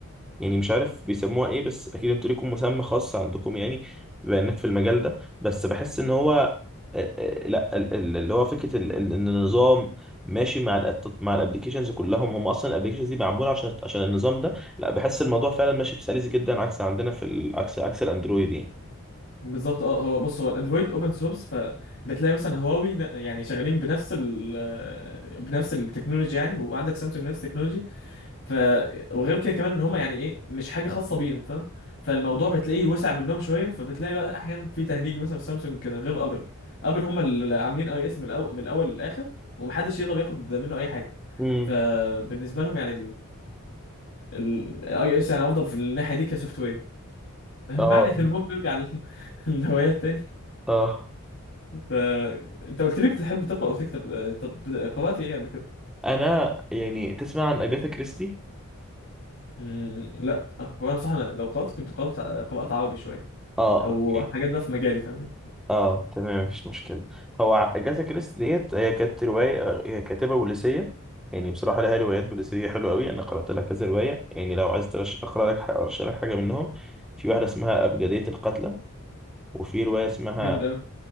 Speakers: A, in the centre; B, on the left.
A: يعني مش عارف بيسموها ايه بس اكيد انتوا ليكم مسمى خاص عندكم يعني بما انك في المجال ده بس بحس ان هو آه، آه، لا ال- ال- اللي هو فكره ال- ال- ان النظام ماشي مع ال مع الابلكيشنز كلهم هم اصلا الابلكيشنز دي معموله عشان عشان النظام ده لا بحس الموضوع فعلا ماشي بسلاسه جدا عكس عندنا في ال- عكس عكس الاندرويد يعني
B: بالظبط اه هو بص هو الاندرويد اوبن سورس فبتلاقي مثلا هواوي ن- يعني شغالين بنفس ال بنفس التكنولوجيا يعني وعندك سامسونج نفس التكنولوجي ف وغير كده كمان ان هم يعني ايه مش حاجه خاصه بيهم فاهم فالموضوع بتلاقيه وسع منهم شويه فبتلاقي بقى احيانا في تهنيج مثلا في سامسونج كده غير ابل ابل هم اللي عاملين اي اس من الاول من الاول للاخر ومحدش يقدر ياخد منه اي حاجه
A: امم
B: فبالنسبه لهم يعني الاي او اس يعني افضل في الناحيه دي كسوفت وير <laughs> معنى
A: اه
B: ان المهم نرجع لل- <laughs> للهوايات تاني
A: اه
B: فانت قلت لي بتحب تقرا او تكتب آه، طب قرات ايه قبل كده؟
A: انا يعني تسمع عن اجاثا كريستي
B: مم، لا هو انا بصراحه أنا لو قرات كنت قرات قرات عربي شويه
A: اه
B: او
A: اوكي
B: حاجات بقى في مجالي فاهمني
A: اه تمام مفيش مشكلة هو ع- أجاثا كريستي ديت هي كانت رواية هي كاتبة بوليسية يعني بصراحة لها روايات بوليسية حلوة أوي أنا قرأت لها كذا رواية يعني لو عايز ترش- أقرأ لك حاجة أرشح لك حاجة منهم في واحدة اسمها أبجدية القتلى وفي رواية اسمها
B: جامد قوي